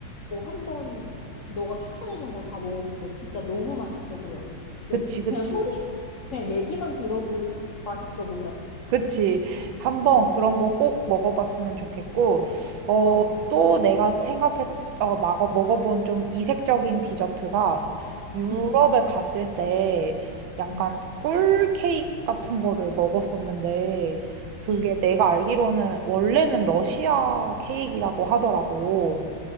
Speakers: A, on the left (about 55°); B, on the right (about 75°).
A: 어, 한번 너가 추천해준 거 다 먹어볼게. 진짜 너무 맛있어 보여. 너,
B: 그치, 그치.
A: 그냥 소리, 그냥 얘기만 들어도 맛있어 보여.
B: 그치. 한번
A: 어,
B: 그런 거 꼭 먹어봤으면 좋겠고, 어,
A: 어,
B: 또 내가 생각했, 어, 막어 먹어본 좀 이색적인 디저트가 유럽에
A: 응,
B: 갔을 때 약간
A: 응,
B: 꿀 케이크 같은 거를 먹었었는데, 그게
A: 응.
B: 내가 알기로는 원래는 러시아 케이크라고 하더라고.